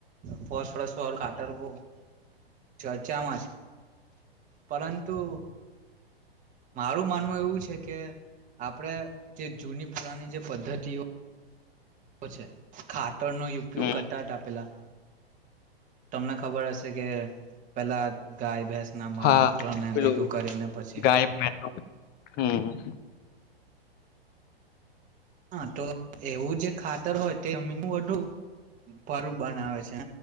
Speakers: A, on the right (about 25°); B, on the left (about 30°).
A: ફસસ ખાતરવું ચર્ચામાં છે. પરંતુ મારું માનવું એવું છે કે, આપણેે જે જૂની પુરાની જે પદ્ધતિઓ પછી ખાતરનોો ઉપયોગ
B: હમ,
A: કરતા હતા આપેલા તમને ખબર હશે કે, પેલા ગાય ભેસ ના માળ
B: હા
A: મૂત્રને
B: પેલું
A: ભેગું કરીને પછી
B: ગાય ભેંસ. હમ
A: હા, તો એવું જે ખાતર હોય તે <unintelligible> પર બનાવે છે